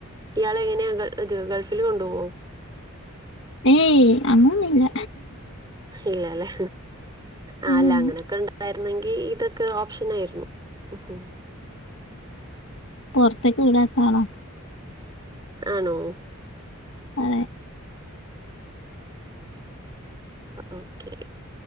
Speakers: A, on the right (about 20°); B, on the left (about 60°).
A: ഇയാൾ എങ്ങനെയാ ഇത് ഗൾഫിൽ കൊണ്ടുപോവോ
B: ഏയ് അങ്ങനെന്നുള്ള
A: ഇല്ലല്ലേ ആ
B: ഏയ്.
A: അല്ല അങ്ങനെയൊക്കെ ഉണ്ടായിരുന്നെങ്കിൽ ഇതൊക്കെ ഓപ്ഷൻ ആയിരുന്നു മ്മ്ഹ്ഹ് <inaudible>
B: പുറത്തേക്ക് വിടാത്താളാ
A: ആണോ
B: അതെ
A: ഓക്കെ